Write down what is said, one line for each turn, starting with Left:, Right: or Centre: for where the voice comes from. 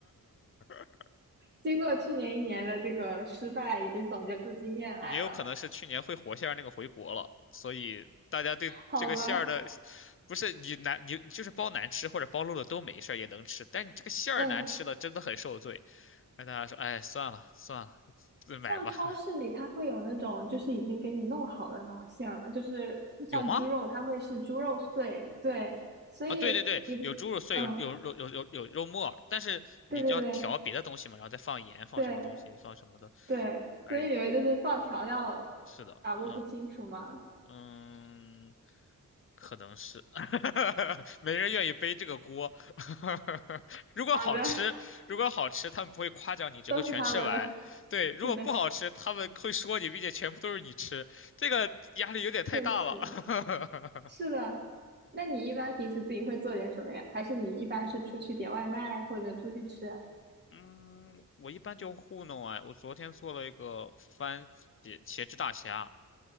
Left: <laughs>
Right: 经过去年一年的这个失败，已经总结出经验来了，
Left: 也有可能是去年会火馅儿那个回国了，所以大家对这个馅儿的，
Right: 好吧？
Left: 不是你难你就是包难吃或者包漏了都没事儿也能吃，但你这个馅儿难吃了真的很受罪。
Right: 嗯，
Left: 那大家说，哎，算了算了，自买吧。
Right: 像超市里它会有那种就是已经给你弄好的那种馅儿嘛，就是像猪肉，
Left: 有吗？
Right: 它会是猪肉碎，对，所以你不，
Left: 啊，对对对，有猪肉碎，
Right: 嗯，
Left: 有有肉有有有肉末儿但是你要调别的东西嘛，
Right: 对对对
Left: 然后再放盐，放什么东西，
Right: 对。
Left: 放什么的。
Right: 对，
Left: 哎，
Right: 所以你们就是放调料
Left: 是的，
Right: 把握不清楚嘛，
Left: 嗯，
Right: <laughs>
Left: 嗯，可能是，<laughs> 没人愿意背这个锅。<laughs> 如果好吃，
Right: 好的，
Left: 如果好吃，他们不会夸奖你，只会全吃完。
Right: 都是他们的。<laughs>
Left: 对，如果不好吃，
Right: 是的，
Left: 他们会说你，并且全部都是你吃，这个压力有点太大了。
Right: 确实
Left: <laughs>
Right: 是的。那你一般平时自己会做点什么呀？还是你一般是出去点外卖或者出去吃？
Left: 嗯，我一般就糊弄啊。我昨天做了一个番茄茄汁大虾，